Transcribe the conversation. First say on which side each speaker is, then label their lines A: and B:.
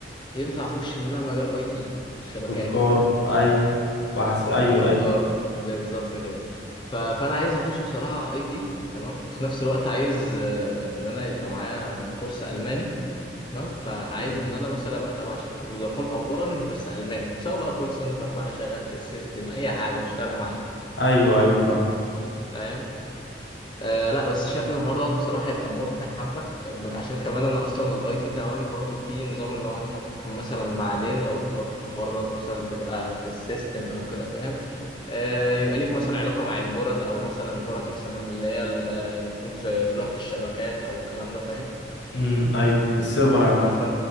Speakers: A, on the left; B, on the left.
A: ينفع اخش منها مجال اي تي الشبكات
B: خد كار ايوه وحس ايوه
A: والبجار
B: ايوه
A: بالظبط كده ف... فانا عايز اخش بصراحه اي تي تمام وفي نفس الوقت عايز آه، ان انا يبقى معايا كورس الماني تمام فعايز
B: مم.
A: ان انا مثلا ابقى تبع شركه فودافون او اورنج بس الماني سواء بقى كول سنتر بقى شغال في السيستم اي حاجه مش فارقه معايا
B: ايوه ايوه فاهم
A: فاهم. آه لا بس شايف ان الحوار ده بصراحه هيبقى مربح حبه عشان كمان انا اصلا الاي تي تمام برضه في نظام اللي هو انت ممكن مثلا بعدين لو اتطورت في الحوار ده مثلا تبقى في السيستم او كده فاهم آه يبقى ليك مثلا علاقه مع البورد او مثلا البورد مثلا اللي هي اللي بتكون في في لوحه الشبكات او الكلام ده فاهم
B: امم ايوه السيرفر عامه
A: ف